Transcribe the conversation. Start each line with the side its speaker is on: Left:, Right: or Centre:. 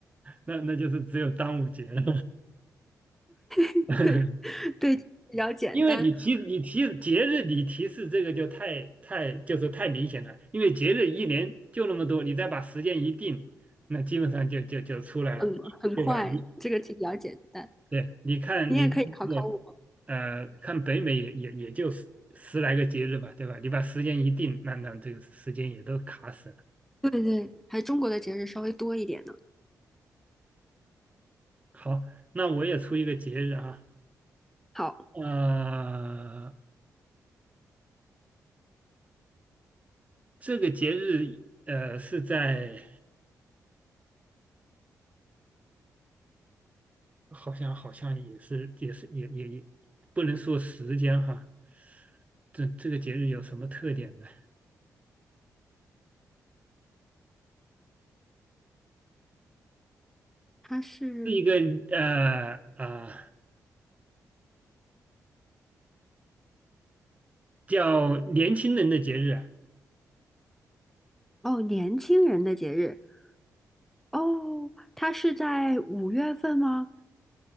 Right: 那那就是只有端午节了。
Centre: <laughs>
Right: <laughs>
Centre: 对对，比较简单，
Right: 因为你提你提节日，你提示这个就太太就是太明显了。因为节日一年就那么多，你再把时间一定，那基本上就就就出来了，
Centre: 很很快，
Right: 对吧？你
Centre: 这个题比较简单，
Right: 对，你看你看这个，
Centre: 你也可以考考我。
Right: 呃，看北美也也也就十十来个节日吧，对吧？你把时间一定，那那这个时间也都卡死了。
Centre: 对对，还中国的节日稍微多一点呢。
Right: 好，那我也出一个节日啊，
Centre: 好，
Right: 呃，这个节日呃是在。好像好像也是也是也也也不能说时间哈，这这个节日有什么特点呢？
Centre: 它是
Right: 是一个呃呃叫年轻人的节日啊
Centre: 哦年轻人的节日。哦，它是在五月份吗？